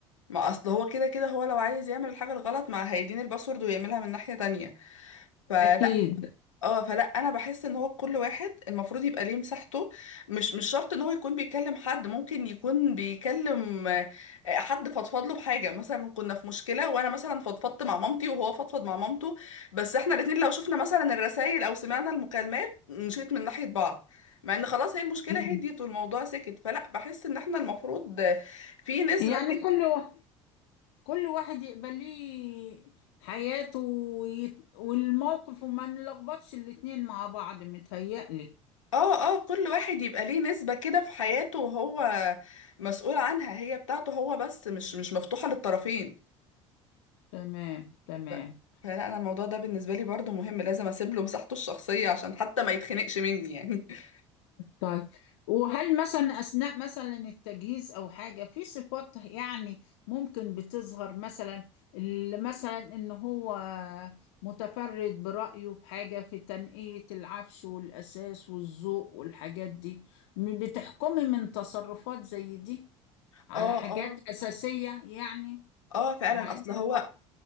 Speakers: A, on the left; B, on the left.
A: ما اصل هو كده كده هو لو عايز يعمل الحاجه الغلط ما هيديني الباسورد ويعملها من ناحيه تانية فلا
B: اكيد
A: اه فلا انا بحس ان هو كل واحد المفروض يبقى ليه مساحته مش مش شرط ان هو يكون بيكلم حد ممكن يكون بيكلم آه، آه، حد فضفض له بحاجه مثلا كنا في مشكله وانا مثلا فضفضت مع مامتي وهو فضفض مع مامته بس احنا الاتنين لو شفنا مثلا الرسائل او سمعنا المكالمات نشيط من ناحيه بعض مع ان خلاص هي المشكله
B: مم.
A: هديت والموضوع سكت فلا بحس ان احنا المفروض آه، في نسبه
B: يعني كله كل واحد يقبل ليه حياته ويت... والموقف وما نلخبطش الاتنين مع بعض متهيألي
A: اه اه كل واحد يبقى ليه نسبة كده في حياته وهو مسؤول عنها هي بتاعته هو بس مش مش مفتوحة للطرفين
B: تمام تمام
A: ف- فلا انا الموضوع ده بالنسبة لي برضو مهم لازم اسيب له مساحته الشخصية عشان حتى ما يتخنقش مني يعني <laughs>
B: طيب وهل مثلا أثناء مثلا التجهيز أو حاجة في صفات يعني ممكن بتظهر مثلا ال- مثلا إن هو متفرد برأيه في حاجة في تنقية العفش والأساس والذوق والحاجات دي م- بتحكمي من تصرفات زي دي؟ على
A: اه
B: حاجات
A: اه
B: أساسية يعني
A: اه فعلا
B: مع
A: اصل
B: إن
A: هو
B: البعض